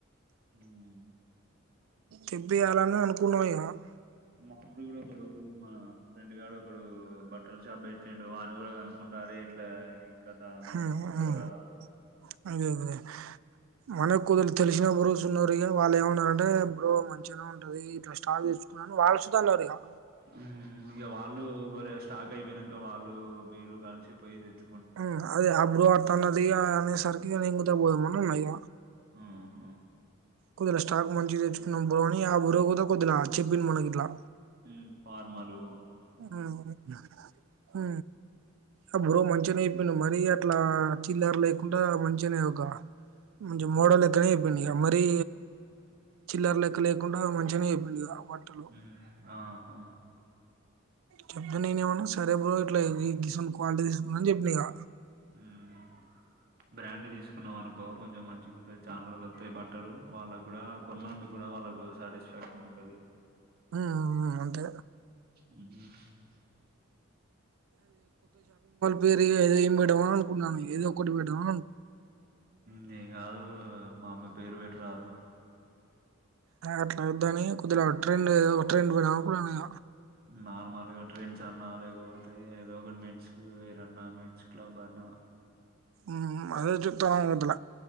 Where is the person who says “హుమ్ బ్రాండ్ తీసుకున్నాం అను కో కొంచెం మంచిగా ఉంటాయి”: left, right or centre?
Right